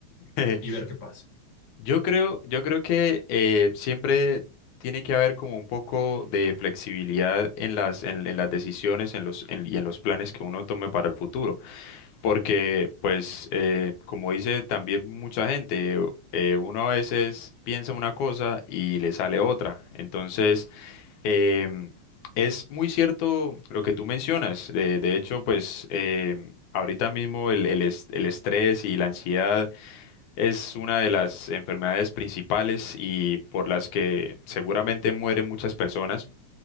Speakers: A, on the left; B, on the left.
A: <laughs>
B: y ver qué pasa?
A: Yo creo, yo creo que eh, siempre tiene que haber como un poco de flexibilidad en las, en, en las decisiones en los, en- y en los planes que uno tome para el futuro, porque pues eh, como dice también mucha gente, eh, uno a veces piensa una cosa y le sale otra. Entonces, em, es muy cierto lo que tú mencionas. De, de hecho, pues em, ahorita mismo el, el est- el estrés y la ansiedad es una de las enfermedades principales y por las que seguramente mueren muchas personas.